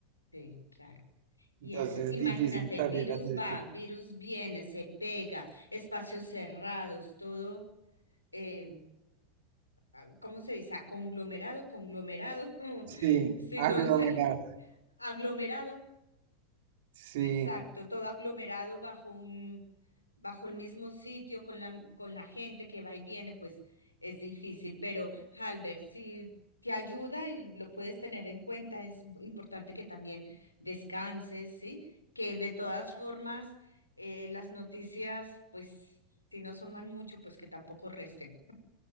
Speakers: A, on the left; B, on the right.
A: Sí, claro. Y
B: entonces
A: eso, imagínate,
B: es difícil salir
A: virus
B: a hacer
A: va,
B: ejercicio.
A: virus viene, se pega, espacios cerrados, todo, eh, ah, ¿cómo se dice? Ah, Conglomerado, conglomerado. <laughs>
B: Sí,
A: Sí,
B: aglomerado,
A: todo encerrado. Aglomerado.
B: sí,
A: Exacto, todo aglomerado bajo un, bajo el mismo sitio con la, con la gente que va y viene, pues es difícil, pero Halber, si te ayuda y lo puedes tener en cuenta, es importante que también descanses, ¿sí? Que de todas formas eh, las noticias, pues si no suman mucho, pues que tampoco resten.